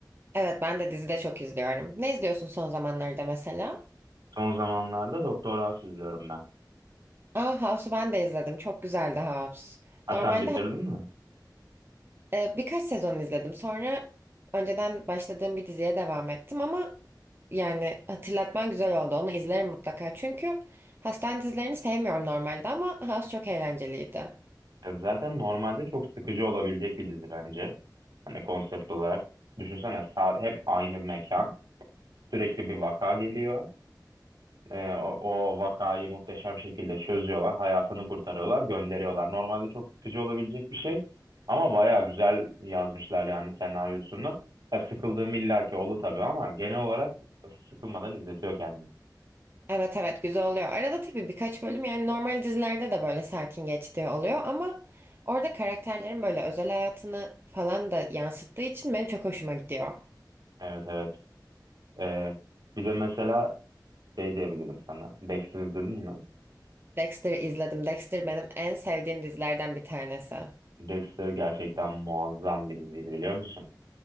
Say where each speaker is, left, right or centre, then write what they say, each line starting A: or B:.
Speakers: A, on the right (about 30°); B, on the right (about 65°).
A: Evet ben de dizi de çok izliyorum. Ne izliyorsun son zamanlarda mesela?
B: Son zamanlarda Doktor House izliyorum ben.
A: Aa House'u ben de izledim. Çok güzeldi House.
B: Ha
A: Normalde
B: sen bitirdin mi?
A: Ee, birkaç sezon izledim. Sonra önceden başladığım bir diziye devam ettim ama yani hatırlatman güzel oldu. Onu izlerim mutlaka. Çünkü hastane dizilerini sevmiyorum normalde ama House çok eğlenceliydi.
B: E, Zaten normalde çok sıkıcı olabilecek bir dizi bence. Hani konsept olarak. Düşünsene sa- hep aynı mekan. Sürekli bir vaka geliyor. E, o, o vakayı muhteşem şekilde çözüyorlar. Hayatını kurtarıyorlar, gönderiyorlar. Normalde çok sıkıcı olabilecek bir şey. Ama baya güzel yazmışlar yani senaryosunu. Ya, sıkıldığım illaki oldu tabii ama genel olarak sıkılmadan izletiyor kendini.
A: Evet evet güzel oluyor. Arada tabii birkaç bölüm yani normal dizilerde de böyle sakin geçtiği oluyor ama orada karakterlerin böyle özel hayatını falan da yansıttığı için benim çok hoşuma gidiyor.
B: Evet evet. E, bir de mesela şey diyebilirim sana. Dexter izledin mi?
A: Dexter'ı izledim. Dexter benim en sevdiğim dizilerden bir tanesi.
B: Dexter gerçekten muazzam bir diziydi biliyor musun?